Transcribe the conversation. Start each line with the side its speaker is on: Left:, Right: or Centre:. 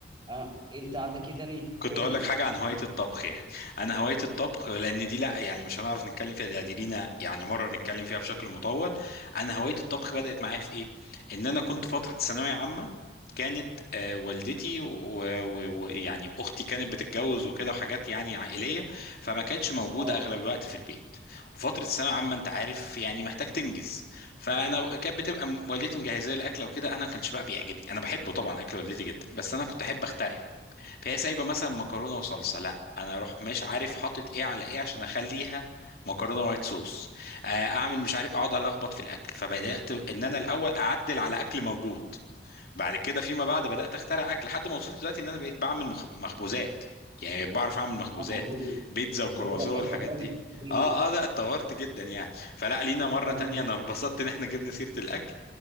Right: آه انت عندك ايه تاني
Left: كنت
Right: قول
Left: اقول
Right: لي
Left: لك حاجه عن هوايه الطبخ يعني انا هوايه الطبخ لان دي لا يعني مش هنعرف نتكلم فيها دي دي لينا يعني مره نتكلم فيها بشكل مطول انا هوايه الطبخ بدات معايا في ايه ان انا كنت فتره ثانويه عامه كانت آه، والدتي ويعني و... و... ويعني اختي كانت بتتجوز وكده وحاجات يعني عائليه فما كانتش موجوده
Right: اه
Left: اغلب الوقت في البيت وفتره ثانويه عامه انت عارف يعني محتاج تنجز فانا كانت بتبقى م- والدتي مجهزه لي الاكله وكده انا ما كانش بقى بيعجبني انا بحبه طبعا اكل والدتي جدا بس انا كنت احب اخترع فهي سايبه مثلا مكرونه وصلصه لا انا اروح مش عارف حاطط ايه على ايه عشان اخليها مكرونه وايت صوص آه، اعمل مش عارف اقعد الخبط في الاكل فبدات ان انا الاول اعدل على اكل موجود بعد كده فيما بعد بدات اخترع اكل لحد ما وصلت دلوقتي ان انا بقيت بعمل مخ- مخبوزات يعني بقيت بعرف اعمل مخبوزات
Right: الله عليك
Left: بيتزا
Right: ده
Left: وكرواسون
Right: انت كده في حته
Left: والحاجات
Right: ثانيه
Left: دي
Right: في الحديث
Left: اه اه لا اتطورت جدا يعني فلا لينا مره
Right: لا
Left: تانية
Right: أنا-
Left: انا اتبسطت ان احنا جبنا سيره الاكل